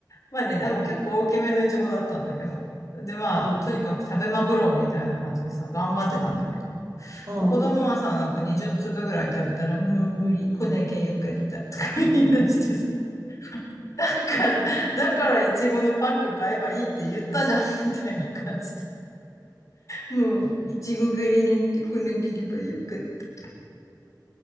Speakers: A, on the left; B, on the right.
A: まあね、でも結構大きめのイチゴだったんだけど。でまあ、
B: うん。
A: とにかく食べまくろうみたいな感じでさ、頑張ってたんだけど。
B: うん。
A: まあ子供はさ、
B: うん
A: なんか20粒ぐらい食べたら、もう無理、こねけゆけたとか言い出してさ、だから、だからいちごのパック買えばいいって言ったじゃん、みたいな感じで。もう、いちご狩りに行ってこねければよかった。